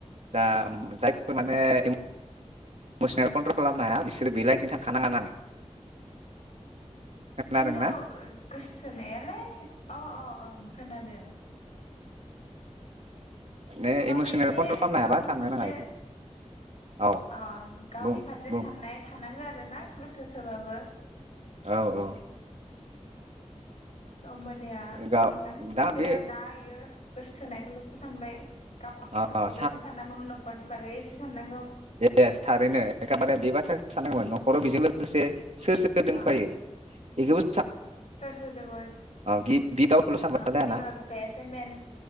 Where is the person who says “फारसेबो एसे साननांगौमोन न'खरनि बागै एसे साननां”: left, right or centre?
Left